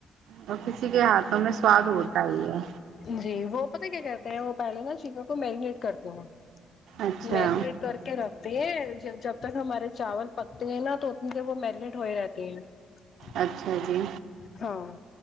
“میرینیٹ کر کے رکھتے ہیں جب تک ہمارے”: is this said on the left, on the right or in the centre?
Left